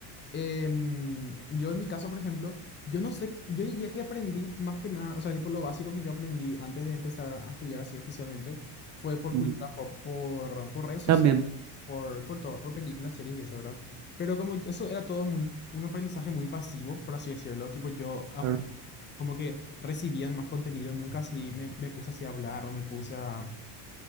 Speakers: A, on the left (about 20°); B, on the right (about 40°).
A: Em, yo en mi caso, por ejemplo, yo no sé, yo diría que aprendí más que nada, o sea, tipo lo básico que yo aprendí antes de empezar a estudiar así oficialmente fue por
B: Ujú.
A: cultura pop, por, por redes sociales,
B: También.
A: por, por todo, por películas, series y eso, ¿verdad? Pero como eso era todo muy, un aprendizaje muy pasivo, por así decirlo, tipo yo ap-
B: Claro,
A: como que recibía más contenido, nunca así me, me puse así a hablar o me puse a